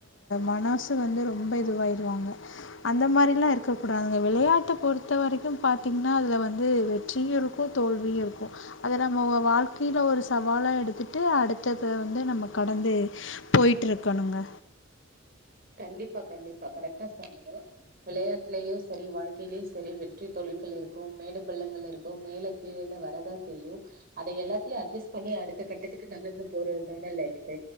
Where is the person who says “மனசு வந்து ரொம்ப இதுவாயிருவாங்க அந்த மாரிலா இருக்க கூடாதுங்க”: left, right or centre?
Left